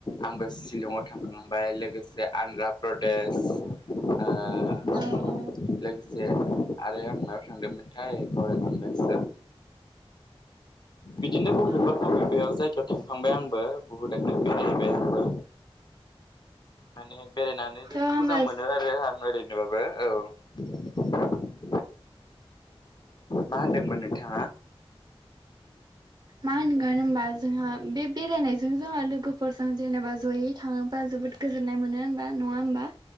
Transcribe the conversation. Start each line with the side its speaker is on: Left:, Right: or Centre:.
Left: आंबो शिलंआव थांखांबाय लोगोसे आन्ध्रा प्रदेश, आ लोगोसे
Right: औ औ
Left: दे। आरो आं मायाव थांदोंमोनथाय बावलाय लांबायसो। बिदिनो बबेबा
Right: औ
Left: बबेबायाव जायो थांखांबाय आंबो बुहुदनो बेरायहैबाय आंबो, माने बेरायनानै जोबोद
Right: थ' होमबा
Left: मोजां
Right: औ
Left: मोनो आरो आं ओरै औ। मा होनदोंमोन नोंथाङा?
Right: मा होनगोन होमबा जोंहा बे बेरायनायजों जोंहा लोगोफोरजों जेनेबा जयै थाङोबा जोबोद, गोजोन्नाय मोनो होनबा नङा होमबा,